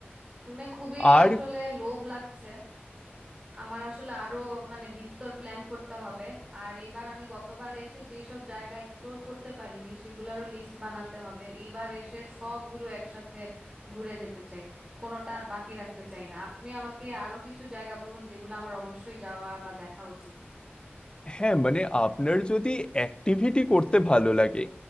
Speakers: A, on the right; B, on the left.
A: শুনে খুবই
B: আর
A: আসলে লোভ লাগছে আমার আসলে আরো মানে বিস্তর প্ল্যান করতে হবে আর এইবার আমি গতবার এসে যেই সব জায়গা এক্সপ্লোর করতে পারিনি সেগুলোরও লিস্ট বানাতে হবে এইবার এসে সবগুলো একসাথে ঘুরে যেতে চাই কোনোটা আর বাকি রাখতে চাই না আপনি আমাকে আরো কিছু জায়গা বলুন যেগুলো আমার অবশ্যই যাওয়া বা দেখা উচিত
B: হ্যাঁ মানে আপনার যদি অ্যাক্টিভিটি করতে ভালো লাগে